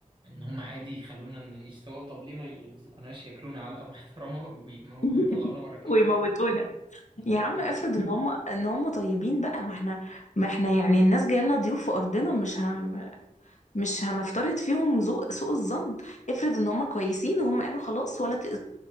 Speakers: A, on the right; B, on the left.
A: ان هم عادي يخلونا نعيش سوا طب ليه ما يمسكوناش ياكلونا علقة محترمة <laughs> ويطلعونا
B: <laughs>
A: بره الكوكب
B: ويموتونا
A: بالظبط
B: يا عم افرض ان هم ان هم طيبين بقى ما احنا ما احنا يعني الناس جايه لنا ضيوف في ارضنا مش ه... مش هنفترض فيهم ذوق سوء الظن افرض ان هم كويسين وهم قالوا خلاص ولا